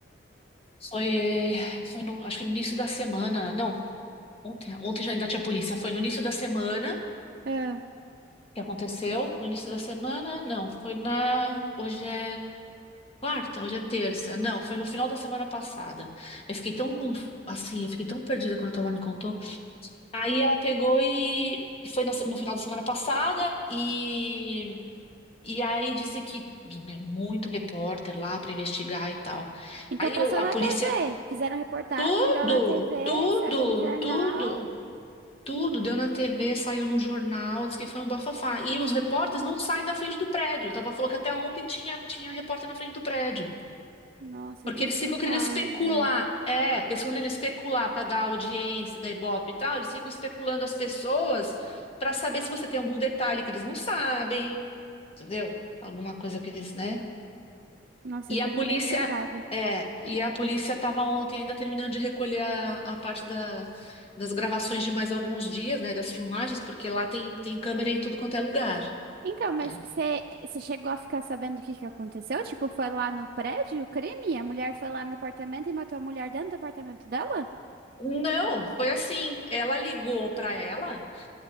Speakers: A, on the left; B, on the right.
A: Foi, eh, foi no, acho que no início da semana. Não, ontem, ontem já ainda tinha polícia. Foi no início da semana.
B: É.
A: que aconteceu no início da semana? Não, foi na. Hoje é quarta, hoje é terça. Não, foi no final da semana passada. Eu fiquei tão conf... assim, eu fiquei tão perdida quando a tua me contou. Aí ela pegou e e foi na se- no final da semana passada e e aí disse que meu, muito repórter lá para investigar e tal.
B: Então
A: Aí
B: passou
A: eu- a
B: na
A: polícia
B: TV. Fizeram reportagem,
A: tudo,
B: deu na TV,
A: tudo,
B: saiu no jornal.
A: tudo. Tudo deu na TV, saiu no jornal, disse que foi um bafafá. E os repórteres não saem da frente do prédio. Tava falou que até ontem tinha, tinha repórter na frente do prédio.
B: Nossa,
A: Porque
B: eu tô
A: eles
B: chocada.
A: ficam querendo especular. É, porque eles ficam querendo especular para dar audiência da Ibope e tal. Eles ficam especulando as pessoas para saber se você tem algum detalhe que eles não sabem, entendeu? Alguma coisa que eles, né?
B: Nossa,
A: E
B: eu tô
A: a polícia,
B: muito chocada.
A: é, e a polícia estava ontem ainda terminando de recolher a, a parte da- das gravações de mais alguns dias, né, das filmagens, porque lá tem, tem câmera em tudo quanto é lugar,
B: Então, mas
A: né?
B: você você chegou a ficar sabendo o que que aconteceu? Tipo, foi lá no prédio o crime? A mulher foi lá no apartamento e matou a mulher dentro do apartamento dela?
A: Não, foi assim. Ela ligou para ela,